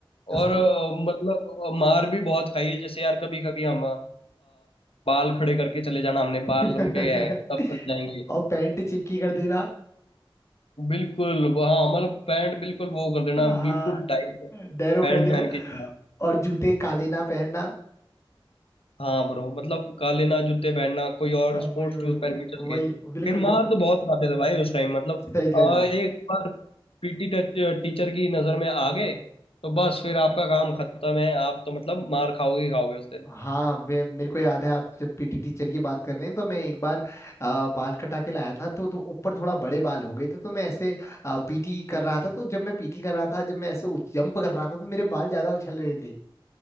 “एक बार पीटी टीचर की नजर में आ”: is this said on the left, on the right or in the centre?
Left